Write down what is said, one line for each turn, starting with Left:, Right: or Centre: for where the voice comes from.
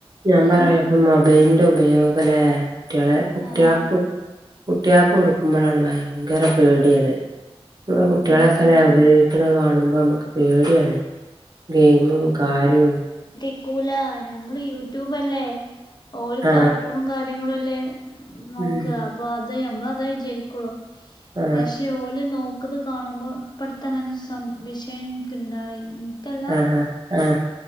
Right: ഞാൻ പറയാപ്പ
Left: ഏഹ്
Right: മൊബൈയിലി ന്റെ ഉപയോഗല്ലേ കുട്വളെ കുട്വൾക്ക്
Left: ആഹ്
Right: കുട്ടിയേക്ക് കൊടുക്കുമ്പോഴാണ് ഭയങ്കര പേടിയത് നമ്മ കുട്ടികളൊക്കെ
Left: ആഹ്
Right: ല്ലേ ഉപയോഗിക്ക്ണ കാണുമ്പോ നമ്മുക്ക് പേടിയാണ് ഗെയിമും കാര്യവും.
Left: ക്കൂല. ഞമ്മള് യൂട്യൂബ് അല്ലേ ഓല്
Right: ആ
Left: കാർട്ടൂണും കാര്യങ്ങളും അല്ലേ. നോക്ക.
Right: ഉം
Left: അപ്പൊ അത് നമ്മള് അതാ വിചരിക്കുള്ളൂ.
Right: ആ
Left: പക്ഷേ ഓല് നോ ക്ക്ത് കാണുമ്പോ ഇപ്പടുത്തങ്ങനെ ഒര് സം വിഷയന്ക്ക് ഇണ്ടായി. ഇൻക്കല്ലാ
Right: ആ, ആ.